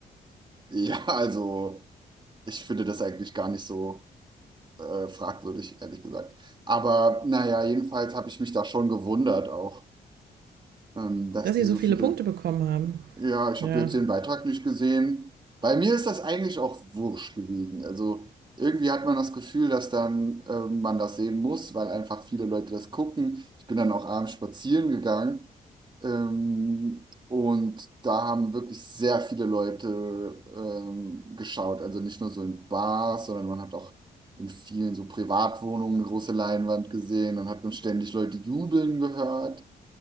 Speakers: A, on the right; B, on the right.
A: ja, also ich finde das eigentlich gar nicht so äh, fragwürdig, ehrlich gesagt. Aber naja, jedenfalls habe ich mich da schon gewundert auch, ähm, dass
B: dass
A: die
B: sie
A: so
B: so viele
A: viele
B: Punkte bekommen haben.
A: Ja, ich
B: Ja.
A: habe jetzt den Beitrag nicht gesehen. Bei mir ist das eigentlich auch wurscht gewesen. Also irgendwie hat man das Gefühl, dass dann ähm, man das sehen muss, weil einfach viele Leute das gucken. Ich bin dann auch abends spazieren gegangen. Ähm, und da haben wirklich sehr viele Leute ähm, geschaut. Also nicht nur so in Bars, sondern man hat auch in vielen so Privatwohnungen eine große Leinwand gesehen. Dann hat man ständig Leute jubeln gehört.